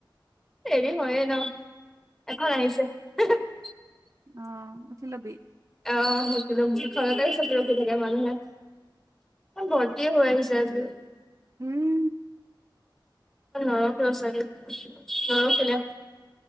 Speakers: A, in the centre; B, on the right (about 40°).
A: দেৰি হয়ে ন, এখন আহিছে
B: অ উঠি লবি।
A: অ উঠি লম ঘৰতেই চব মানুহে। ভৰ্তি হৈ আহিছে আজি
B: উম।
A: নৰখেও চাগে নৰ খিলে।